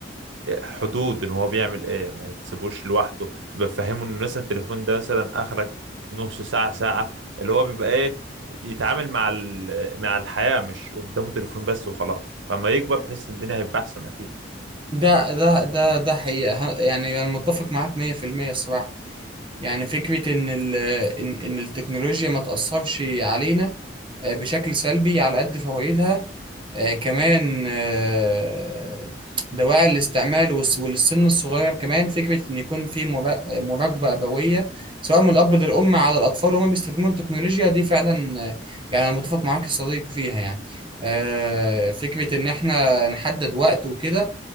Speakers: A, on the right (about 80°); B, on the right (about 30°).
A: حدود ان هو بيعمل ايه ما يتسيبوش لوحده بيبقى فاهمه ان مثلا التليفون ده مثلا اخرك نص ساعه ساعه اللي هو بيبقى ايه يتعامل مع ال- مع الحياة مش قدامه تليفون بس وخلاص لما يكبر تحس ان الدنيا هيبقى احسن اكيد
B: ده ده ده ده حقيقة ه- يعني انا متفق معاك 100% الصراحة يعني فكرة إن ال إن إن التكنولوجيا ما تأثرش علينا آه، بشكل سلبي على قد فوائدها آه، كمان آه، دواعي الاستعمال والس- وللسن الصغير كمان فكرة إن يكون في مرا- مراقبة أبوية سواء من الأب للأم على الأطفال وهما بيستخدموا التكنولوجيا دي فعلا آه، يعني أنا متفق معاك يا صديقي فيها يعني آه، فكرة إن إحنا نحدد وقت وكده